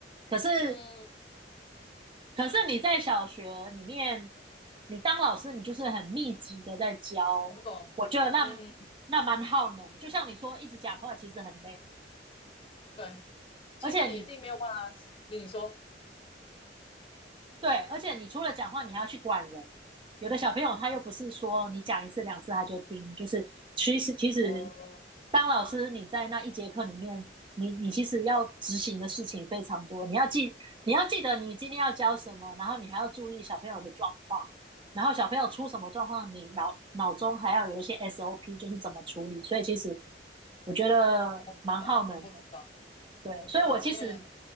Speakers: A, on the right (about 30°); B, on the left (about 30°).
A: 可是
B: 嗯，
A: 可是你在小学里面，你当老师，你就是很密集的在教，
B: 我懂。
A: 我觉得那那蛮耗能的。
B: 嗯，
A: 就像你说，一直讲话其实很累，
B: 对，其实你一定没有办法。
A: 而且你
B: 你说，
A: 对，而且你除了讲话，你还要去管人。有的小朋友他又不是说你讲一次两次他就听，就是其实其实
B: 哦，
A: 当老师你在那一节课里面，你你其实要执行的事情非常多，你要记你要记得你今天要教什么，然后你还要注意小朋友的状况，然后小朋友出什么状况，你脑脑中还要有一些 SOP，就是怎么处理。所以其实我觉得蛮耗能的，
B: 我懂，我知道，
A: 对，所以我其实
B: 我懂，因为